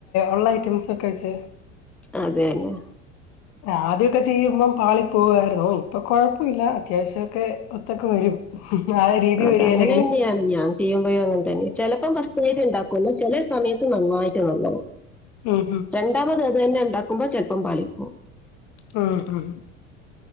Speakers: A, on the left (about 45°); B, in the centre.
A: ഉള്ള ഐറ്റംസ് ക്കേ വെച്ച്
B: അതന്നെ
A: ആദ്യമൊക്കെ ചെയ്യുമ്പം പാളി പോകായിരുന്നു ഇപ്പൊ കൊഴപ്പ ഇല്ല അത്യാവശ്യം ഒക്കെ ഒത്തൊക്കെ വരും ആ രീതി
B: അത
A: വരികേലെങ്കിലും
B: അങ്ങനെ തന്നെയാണ് ഞാൻ ചെയ്യുമ്പോഴോ അങ്ങനെ തന്നെയ ചിലപ്പഫസ്റ്റ് ഉണ്ടാക്കല്ല ചില സമയത്ത് നന്നായിട്ട് നന്നാണ്
A: ഉം
B: രണ്ടാമത് അത് തന്നെ ഉണ്ടാക്കുമ്പോ ചെപ്പം പളി പോകും
A: ആ ആ